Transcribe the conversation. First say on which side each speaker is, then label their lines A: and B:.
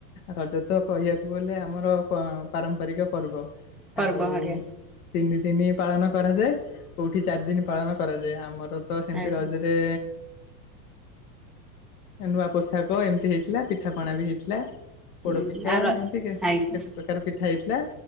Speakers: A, on the left (about 65°); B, in the centre.
A: ରଜ ତ କହିବାକୁ ଗଲେ ଆମର ପାରମ୍ପରିକ ପର୍ବ।
B: ପର୍ବ
A: ଆଉ
B: ହରିକା
A: ତିନି ଦିନି ପାଳନ କରାଯାଏ କୋଉଠି ଚାରି ଦିନ ପାଳନ କରାଯାଏ ଆମର। ତ ସେମତି
B: ଆଜ୍ଞା
A: ରଜ ରେ ନୂଆ ପୋଷାକ ଏମିତି ହେଇ ଥିଲା ପିଠାପଣା ବି ହେଇଥିଲା
B: ହୁଁ
A: ପୋଡ ପିଠା
B: ଆଉ ର
A: ଏମିତି କେତେ
B: ଆଜ୍ଞା
A: ପ୍ରକାର ପିଠା ହେଇ ଥିଲା